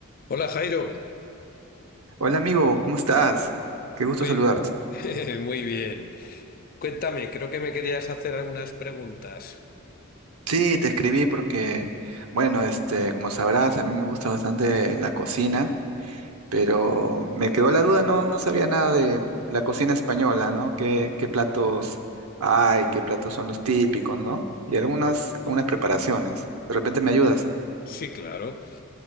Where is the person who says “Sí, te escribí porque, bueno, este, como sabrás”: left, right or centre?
Right